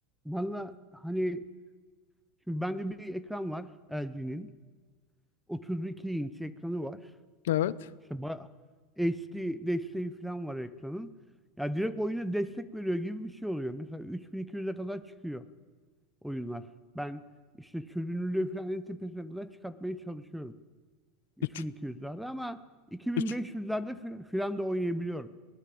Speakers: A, in the centre; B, on the left.
A: valla hani Şimdi bende bir ekran var LG'nin. 32 inç ekranı var.
B: Evet.
A: İşte ba- HD desteği falan var ekranın. Ya direkt oyuna destek veriyor gibi bir şey oluyor. Mesela 3200'e kadar çıkıyor oyunlar. Ben işte çözünürlüğü falan en tepesine kadar çıkartmaya çalışıyorum. 3200'lerde
B: 3
A: ama 2500'lerde
B: 3
A: fi- filan da oynayabiliyorum.